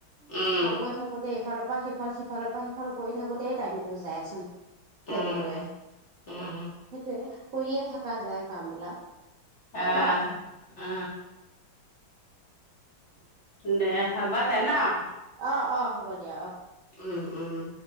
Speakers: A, on the left; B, on the right.
A: উম,
B: কাম কৰি থাকোতে এইফালৰ সিফাল সিফালৰ পৰা সিফাল কৰি থাকোঁতেই টাইম তো যাচোন।
A: উম,
B: তেনেকৈয়ে।
A: উম,
B: সেইটোৱে। কৰিয়ে থকা যায় কামবিলাক।
A: অ
B: হয়
A: অ। দে হ'বদে ন'?
B: অ', অ', হ'ব দিয়া অ'।
A: উম উম।